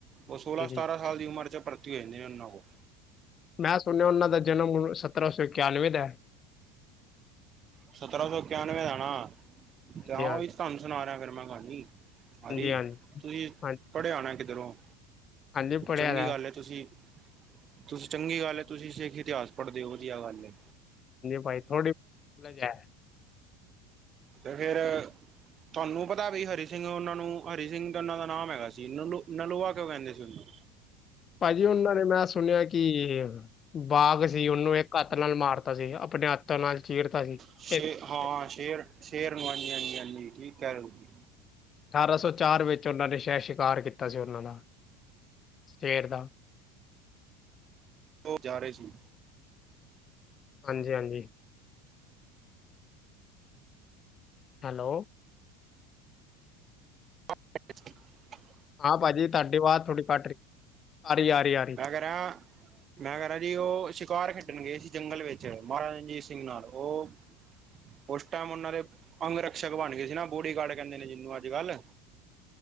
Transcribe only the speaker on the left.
ਹਾਂਜੀ
ਮੈਂ ਸੁਣਿਆ ਔਨਾਂ ਦਾ ਜਨਮ ਸਤਰਾਂ ਸੌ ਇਕਿਆਨਵੇਂ ਦਾ ਐ।
ਹਾਂਜੀ
ਹਾਂ
ਹਾਂਜੀ ਹਾਂਜੀ
ਹਾਂਜੀ
ਹਾਂਜੀ ਪੜ੍ਹਿਆ
ਦਾ ਹੈ।
ਏਨੇ, ਭਾਈ ਥੋੜ੍ਹੀ ਨੋਲੇਜ ਹੈ
ਭਾਜੀ, ਉਹਨਾਂ ਨੇ ਮੈਂ ਸੁਣਿਆ ਕਿ ਬਾਗ ਸੀ ਉਹਨੂੰ, ਇੱਕ ਹੱਥ ਨਾਲ ਮਾਰਤਾ ਸੀ ਆਪਣੇ ਹੱਥਾਂ ਨਾਲ ਚੀਰਤਾ ਸੀ
ਅਠਾਰਾਂ
ਅਠਾਰਾਂ ਸੌ ਚਾਰ ਵਿੱਚ, ਉਹਨਾਂ ਨੇ ਸ਼ਹਿਦ, ਸ਼ਿਕਾਰ ਕੀਤਾ ਸੀ ਉਹਨਾਂ ਦਾ ਸੇਰ ਦਾ
ਹਾਂਜੀ-ਹਾਂਜੀ ਹੈਲੋ
ਹਾਂ ਭਾਜੀ, ਤੁਹਾਡੀ ਬਾਹ ਥੋੜੀ ਘੱਟ ਲਹੀ, ਆਰੀ ਆ ਰਹੀ ਆ ਰ